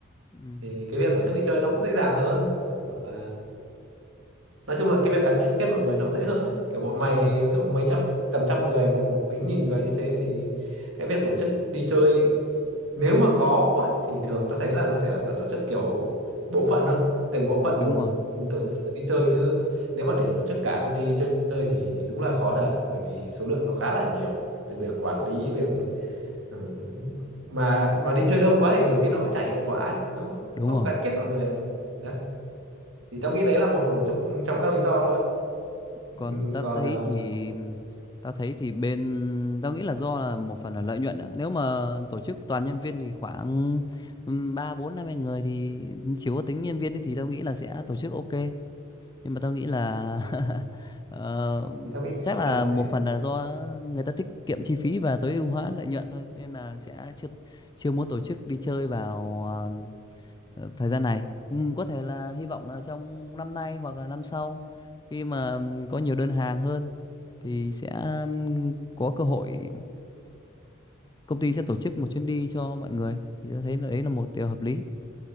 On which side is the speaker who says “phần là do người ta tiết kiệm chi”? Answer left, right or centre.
Left